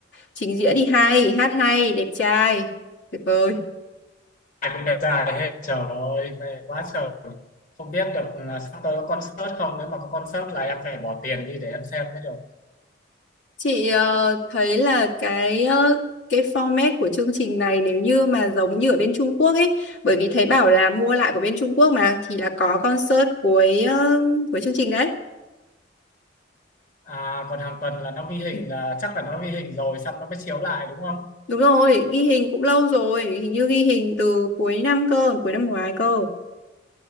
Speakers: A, on the left; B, on the left.
A: trình diễn thì hay hát hay đẹp trai tuyệt vời
B: ai cũng đẹp trai hết trời ơi mê quá trời không biết được là sắp tới có concert không nếu mà có concert là em phải bỏ tiền đi để em xem mới được
A: chị ờ, thấy là cái ờ, cái format của chương trình này nếu như mà giống như ở bên Trung Quốc ấy bởi vì thấy bảo là mua lại của bên Trung Quốc mà thì là có concert cuối ờ, cuối chương trình đấy
B: à, còn hàng tuần là nó ghi hình
A: <clears throat>
B: là chắc là nó ghi hình rồi xong nó mới chiếu lại đúng không
A: Đúng rồi, ghi hình cũng lâu rồi, hình như ghi hình từ cuối năm cơ, cuối năm ngoái cơ.